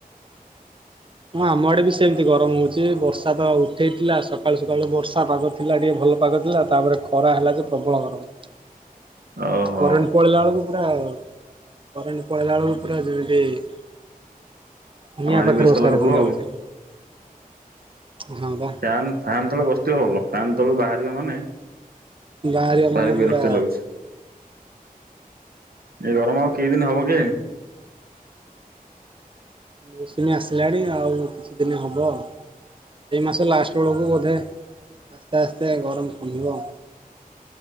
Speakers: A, on the right (about 35°); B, on the right (about 80°).
A: ହଁ ଆମ ଆଡେ ବି ସେମିତି ଗରମ ହଉଛି ବର୍ଷା ତ ଉଠେଇଥିଲା ସକାଳୁ ସକାଳୁ ବର୍ଷା ପାଗ ଥିଲା ଟିକେ ଭଲ ପାଗ ଥିଲା ତାପରେ ଖରା ହେଲା ଯେ ପ୍ରବଳ ଗରମ।
B: ଓହୋ
A: କରେଣ୍ଟ ପଳେଇଇା ବେଳକୁ- ତାର କରେଣ୍ଟ ପଳେଇଲା ବେଳ ପୁର ଯେମିତି- ନିଆଁ
B: ଆଉ ଭାରି
A: ପାଖରେ
B: ବ୍ୟସ୍ତ
A: ବସିଲା
B: ଲାଗୁଥିବ
A: ରକମର
B: ଆଉ
A: ଲାଗୁଛି। ହଁ ବା
B: ଫ୍ୟାନ୍ ଫ୍ୟନ୍ ତଳେ ବସିଥିବ ଭଲ। ଫନ୍ ତଳୁ ବାହାରିବ ମାନେ-
A: ବାହାରିବା
B: ଭାରି
A: ମାନେ
B: ବିରକ୍ତି
A: ପୁରା-
B: ଲାଗୁଛି। ଏ ଗରମ ଆଉ କେଇଦିନ ହବ କି?
A: ମୌସୁମୀ ଆସିଲାଣି ଆଉ କିଛି ଦିନ ହବ। ଏଇ ମାସ ଲାଷ୍ଟ ବେଳକୁ ବୋଧେ ଆସ୍ତେ ଆସ୍ତେ ଗରମ କମିବ।